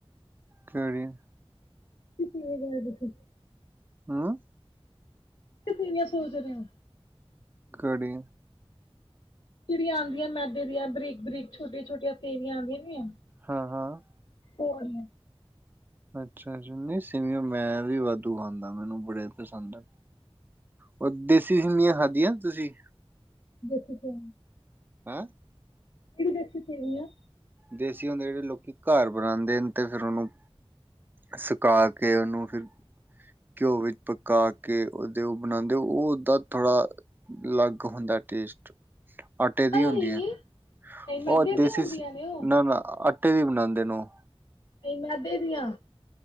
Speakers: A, on the right; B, on the left.
A: ਕੇਹੜੀ?
B: <unintelligible>
A: ਹਾਂ
B: <unintelligible>
A: ਘੜੀ
B: ਜਿਹੜੇ ਆਦੀਆਂ ਮੈਦੇ ਦੀਆਂ ਬਰੀਕ-ਬਰੀਕ ਛੋਟੀਆਂ-ਛੋਟੀਆਂ ਫੇਨੀਆਂ ਆਂਦੀਆਂ ਨੀ ਏ।
A: ਹਾਂ ਹਾਂ।
B: ਓ ਆਲੀਆਂ।
A: ਅੱਛਾ ਜੀ ਨੀ ਸੇਵੀਆਂ ਮੈਂ ਵੀ ਵਾਧੂ ਖਾਂਦਾ ਮੈਨੂੰ ਬੜੇ ਪਸੰਦ ਆ। ਉਹ ਦੇਸੀ ਸੇਮੀਆਂ ਖਾਧੀਆਂ ਤੁਸੀਂ?
B: ਦੇਖੀ ਤੇ।
A: ਹੈ।
B: ਕੇੜੀ ਦੇਸੀ ਸੇਵੀਆਂ?
A: ਦੇਸੀ ਹੁੰਦੇ ਜੇੜੇ ਲੋਕੀ ਘਰ ਬਣਾਦੇ ਇਹਨੂੰ ਤੇ ਫਿਰ ਉਹਨੂੰ। ਸੁਕਾ ਕੇ ਓਨੂੰ ਫਿਰ ਘਿਓ ਵਿੱਚ ਪਕਾ ਕੇ ਉਦੇ ਉਹ ਬਣਾਦੇ ਉਹ ਓਦਾ ਥੋੜ੍ਹਾ। ਲਗ ਹੁੰਦਾ ਟੇਸਟ ਆਟੇ ਦੀ
B: ਅਹੀਂ
A: ਹੁੰਦੀਆ ਏ,
B: ਅਹੀਂ ਮੈਦੇ
A: ਉਹ ਦੇਸੀ
B: ਦੀਆਂ ਹੁੰਦੀਆਂ ਨੇ ਉਹ
A: ਨਾ ਆਟੇ ਦੀ ਬਣਾਦੇ ਨੇ ਓਹ
B: ਨਈ ਮੈਦੇ ਦੀਆਂ